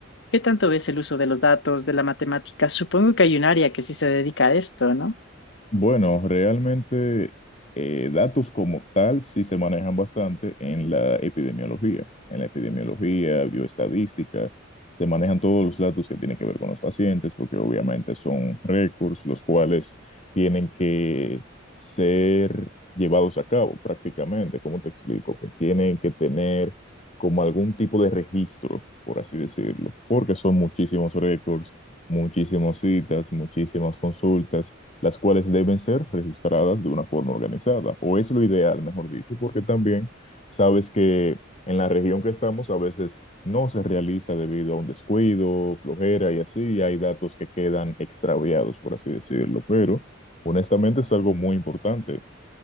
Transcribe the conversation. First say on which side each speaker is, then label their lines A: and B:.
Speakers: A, on the left (about 65°); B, on the left (about 35°).
A: ¿Qué tanto ves el uso de los datos, de la matemática? Supongo que hay un área que sí se dedica a esto, ¿no?
B: Bueno, realmente eh, datos como tal sí se manejan bastante en la epidemiología. En la epidemiología, bioestadística, se manejan todos los datos que tienen que ver con los pacientes, porque obviamente son récords los cuales tienen que ser llevados a cabo prácticamente. ¿Cómo te explico? Que tienen que tener como algún tipo de registro, por así decirlo, porque son muchísimos récords, muchísimas citas, muchísimas consultas las cuales deben ser registradas de una forma organizada, o es lo ideal, mejor dicho, porque también sabes que en la región que estamos a veces no se realiza debido a un descuido, flojera y así, y hay datos que quedan extraviados, por así decirlo, pero honestamente es algo muy importante.